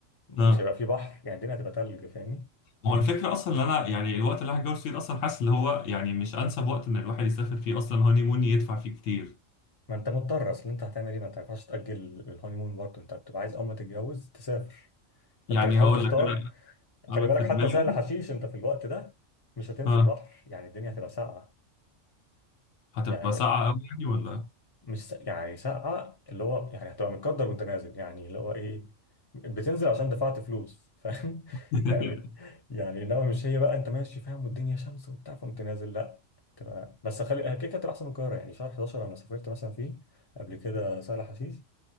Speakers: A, on the left (about 20°); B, on the left (about 80°).
A: مش
B: آه.
A: هيبقى فيه بحر يعني الدنيا هتبقى تلج فاهمني
B: هو الفكرة أصلا إن أنا يعني الوقت اللي هتجوز فيه ده أصلا حاسس اللي هو يعني مش أنسب وقت إن الواحد يسافر فيه أصلا هوني مون يدفع فيه كتير
A: ما انت مضطر اصل انت هتعمل ايه ما انت ما ينفعش تاجل الهاني مون برضه انت بتبقى عايز اول ما تتجوز تسافر فانت
B: يعني
A: بتحاول
B: هقول
A: تختار
B: لك أنا أنا
A: خلي بالك
B: في دماغي
A: حتى سهل حشيش انت في الوقت ده مش هتنزل
B: ها
A: بحر يعني الدنيا هتبقى ساقعه
B: هتبقى
A: يعني
B: ساعة أوي يعني ولا
A: مش س- يعني ساقعه اللي هو يعني هتبقى متقدر وانت نازل يعني اللي هو ايه بتنزل عشان دفعت فلوس فاهم
B: <laughs>
A: <laughs> يعني يعني انما مش هي بقى انت ماشي فاهم والدنيا شمس وبتاع فقمت نازل لا تبقى بس خلي كده كده هتبقى احسن من القاهره يعني شهر 11 انا سافرت مثلا فيه قبل كده سهل حشيش